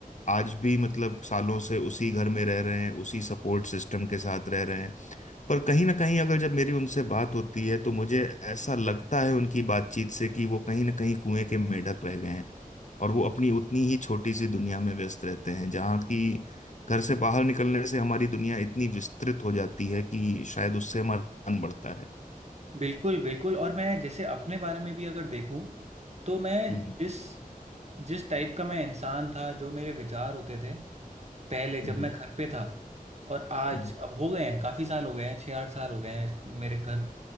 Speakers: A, on the left; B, on the right.
A: आज भी मतलब सालों से उसी घर में रह रहे हैं उसी सपोर्ट सिस्टम के साथ रह रहे हैं पर कहीं ना कहीं अगर जब मेरी उनसे बात होती है तो मुझे ऐसा लगता है उनकी बातचीत से कि वो कहीं ना कहीं कुएं के मेंढक रह गए हैं और वो अपनी उतनी ही छोटी सी दुनिया में व्यस्त रहते हैं जहाँ की घर से बाहर निकलने से हमारी दुनिया इतनी विस्तृत हो जाती है कि शायद उससे हमारा ज्ञान बढ़ता है
B: बिल्कुल बिल्कुल और मैं जैसे अपने बारे में भी अगर देखूं तो मैं
A: हम्म
B: जिस जिस टाइप का मैं इंसान था जो मेरे विचार होते थे पहले जब
A: हम्म
B: मैं घर पे था और आज
A: हम्म
B: अब हो गए हैं काफ़ी साल हो गए हैं छः आठ साल हो गए हैं मेरे घर